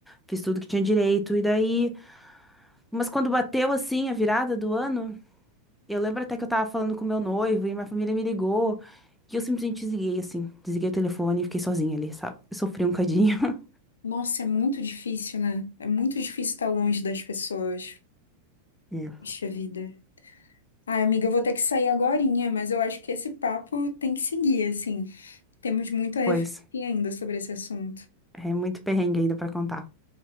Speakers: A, in the centre; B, on the left.
A: fiz tudo que tinha direito. E daí, mas quando bateu, assim, a virada do ano, eu lembro até que eu tava falando com meu noivo e minha família me ligou. E eu simplesmente desliguei, assim, desliguei o telefone e fiquei sozinha ali, sabe? Eu sofri um cadinho. <laughs>
B: Nossa, é muito difícil, né? É muito difícil estar longe das pessoas.
A: Hum.
B: Puxa vida. Ai, amiga, eu vou ter que sair agorinha, mas eu acho que esse papo tem que seguir, assim. Temos muito a refletir
A: Pois,
B: ainda sobre esse assunto.
A: é muito perrengue ainda pra contar.